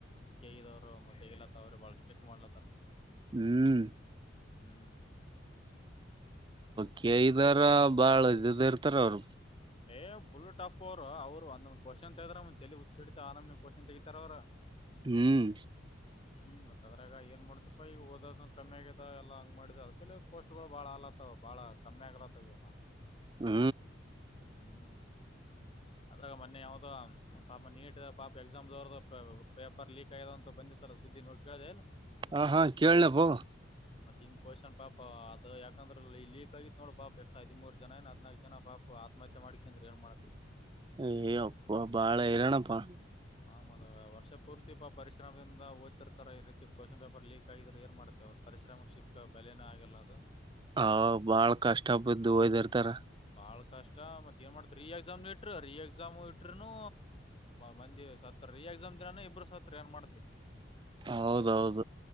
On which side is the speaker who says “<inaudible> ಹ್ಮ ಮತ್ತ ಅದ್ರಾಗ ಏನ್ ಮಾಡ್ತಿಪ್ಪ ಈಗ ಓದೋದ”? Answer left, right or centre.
Left